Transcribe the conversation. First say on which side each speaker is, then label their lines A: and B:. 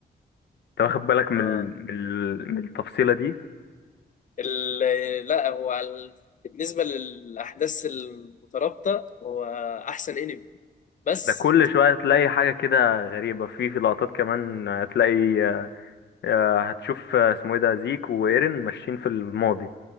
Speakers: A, on the left; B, on the left.
A: انت واخد بالك من
B: آه.
A: ال... من ال... من التفصيله دي
B: ال... لا هو ال... بالنسبه للاحداث المترابطه هو احسن انمي بس
A: ده كل شويه تلاقي حاجه كده غريبه في في لقطات كمان هتلاقي آه... هتشوف آه، اسمه ايه ده زيك وايرين ماشيين في الماضي